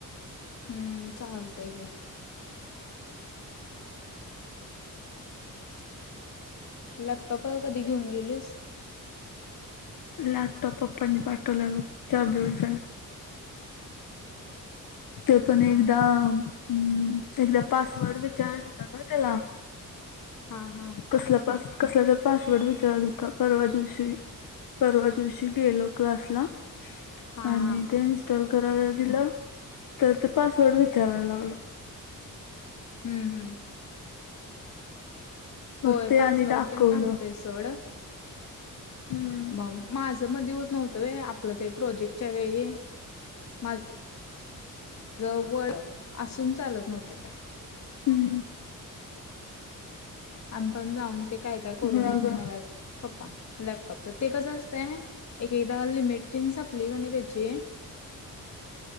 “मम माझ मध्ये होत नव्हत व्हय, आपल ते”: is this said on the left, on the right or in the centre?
Left